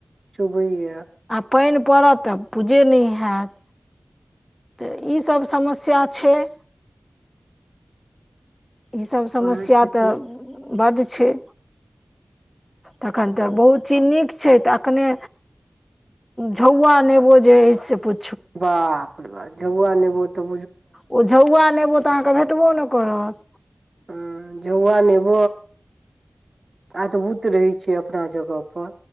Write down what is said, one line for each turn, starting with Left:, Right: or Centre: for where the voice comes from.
Right: चुभी या
Left: पानि पड़त तऽ पूजे नहि हैत। तऽ ईसभ समस्या छैय। ईसभ समस्या
Right: वएह छथिन
Left: तऽ बड्ड छैय। तखन तऽ बहुत चीनीक छैय तऽ अखने झौआ नेबो जे से प
Right: बाप र बाप जब आ नेब त
Left: ओ झौआ नेबो तऽ अहाँके भेटबो ने करत।
Right: ह जौआ नेब आ तऽ ओ त रहै छैय अपना जगह पर।